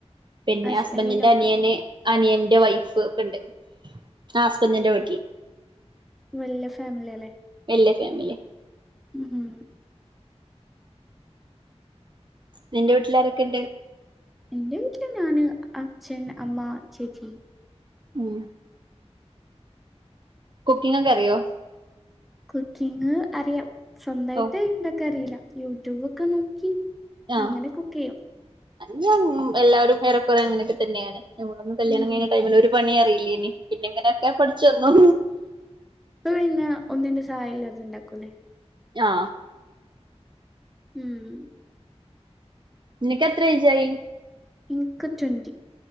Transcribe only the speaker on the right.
പിന്നെ
ഹസ്ബൻടിന്റ്
അനിയന് അനിയന്റെ വൈഫ് ഒക്കെ ഉണ്ട് ആ ഹസ്ബന്റിന്റെ വീട്ടിൽ
നല്ലഫാമിലി
നിന്റെ വീട്ടില ആാരൊക്കെണ്ട്.
ഉം. കുക്കിങ്ങക്കറിയോ
ഓ
ആഹ്
ഞാൻ എല്ലാവരും ഏറെക്കുറെ അങ്ങനൊക്കെ തന്നെയാണ്. മ്മളൊന്ന് കല്യാണം
കഴിഞ്ഞ ടൈമിലൊരു പണി അറിയില്ലനി. പിന്നെ ഇങ്ങനെയൊക്കെ പഠിച്ച വന്നു.
ആഹ്.
നിനക്കെത്ര ഏജായി